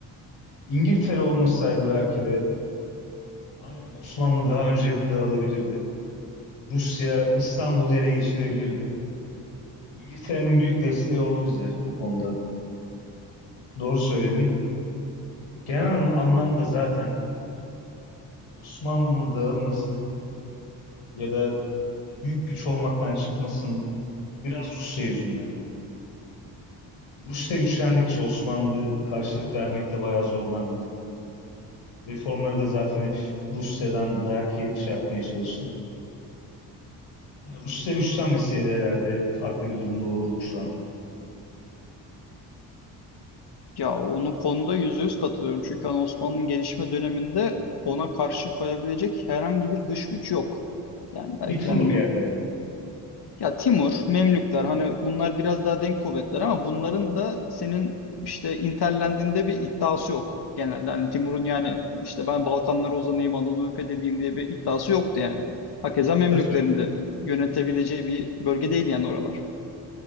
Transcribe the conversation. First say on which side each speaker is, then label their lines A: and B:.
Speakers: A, on the left; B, on the left.
A: İngiltere olmasaydı belki de aynen Osmanlı daha önce dağılabilirdi. Rusya İstanbul'u ele geçirebilirdi. İngiltere'nin büyük desteği oldu bize bu konuda. Doğru söyledin. Genel anlamda zaten Osmanlı'nın dağılması ya da büyük güç olmaktan çıkmasın biraz Rusya yüzünden. Rusya güçlendikçe Osmanlı karşılık vermekte bayağı zorlandı. Reformları da zaten hep Rusya'dan dayak yedikçe yapmaya çalıştık. Ya Rusya güçlenmeseydi herhalde farklı bir durumda olurduk şu an.
B: Ya onu konuda yüzde yüz katılıyorum. Çünkü hani Osmanlı'nın gelişme döneminde ona karşı koyabilecek herhangi bir dış güç yok. Yani belki
A: Bir tumur
B: yani
A: geldi.
B: Ya Timur, Memlükler hani bunlar biraz daha denk kuvvetler ama bunların da senin işte interlendiğinde bir iddiası yok genelde. Hani Timur'un yani işte ben Balkanlara uzanayım, Anadolu'yu fethedeyim diye bir iddiası yoktu yani. Hakeza Memlüklerin
A: Kısa süre.
B: de yönetebileceği bir bölge değil yani oralar.